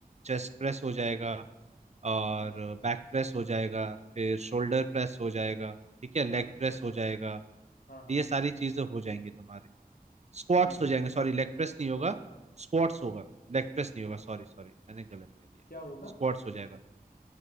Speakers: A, on the right (about 45°); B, on the left (about 70°).
A: चेस्ट प्रेस हो जाएगा और
B: हाँ
A: बैक प्रेस हो जाएगा फिर शोल्डर प्रेस हो जाएगा ठीक है लेग
B: हाँ
A: प्रेस हो जाएगा तो
B: हाँ हाँ
A: ये सारी चीजें हो जाएंगी तुम्हारे स्क्वाट्स
B: समझ
A: हो जाएंगे सॉरी लेग प्रेस नहीं होगा स्क्वाट्स होगा लेग प्रेस नहीं होगा सॉरी सॉरी मैंने गलत कह दिया
B: क्या होगा
A: स्क्वाट्स हो जाएगा